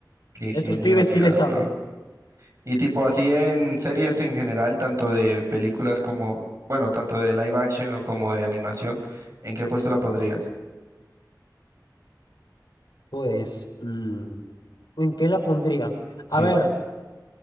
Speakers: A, on the right; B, on the left.
A: Qué
B: Estos
A: genialidad,
B: pibes sí le saben.
A: bro. Y tipo así en series en general, tanto de películas como, bueno, tanto de live action o como de animación, ¿en qué puesto la pondrías?
B: Pues, mm, ¿en qué la pondría?
A: Sí,
B: A ver.